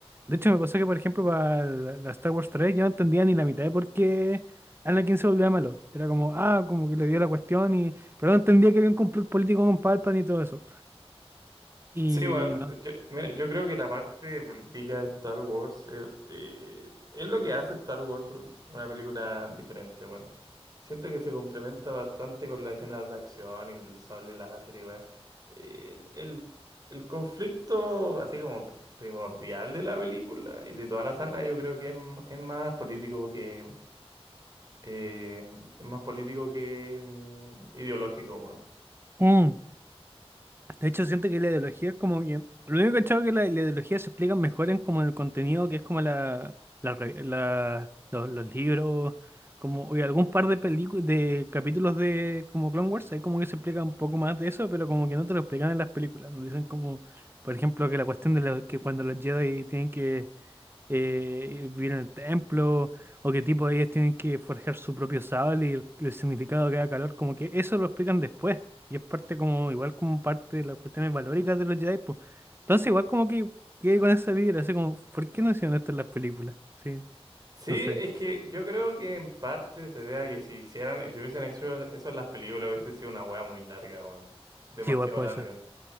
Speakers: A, on the right (about 20°); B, on the right (about 40°).
A: De hecho me pasó que por ejemplo para la, la Star Wars 3 yo no entendía ni la mitad de por qué Anakin se volvía malo. Era como, ah, como que le dio la cuestión y... Pero no entendía que había un complot político con Palpatine y todo eso. Y
B: Sí, bueno,
A: no.
B: yo, mira, yo creo que la parte de política de Star Wars eh, eh, es lo que hace Star Wars un- una película diferente, bueno. Siento que se complementa bastante con las escenas de acción y el sable láser y weón. El, el, el conflicto así como pri- primordial de la película y de toda la saga yo creo que es, m- es más político que eh, es más político que mm, ideológico, weón.
A: Mm. De hecho, siento que la ideología es como que... Lo único que he cachado es que la, la ideología se explica mejor en como el contenido, que es como la, la re- la- los, los libros, como o algún par de películas, de capítulos de como Clone Wars, ahí como que se explica un poco más de eso, pero como que no te lo explican en las películas. Nos dicen como, por ejemplo, que la cuestión de la- que cuando los Jedi tienen que eh, vivir en el templo, o qué tipo de ellas tienen que forjar su propio sable y el, el significado de cada calor, como que eso lo explican después, y es parte como, igual como parte de las cuestiones valóricas de los Jedi, pues. Entonces igual como que quedé con esa vibra, así como, ¿por qué no hicieron esto en las películas? Sí,
B: Sí,
A: no sé,
B: es que yo creo que en parte se debe a que si hicieran, si hubiesen hecho eso en las películas, hubiese sido una wea muy larga, weón. Demasiado
A: Sí, igual puede
B: larga.
A: ser.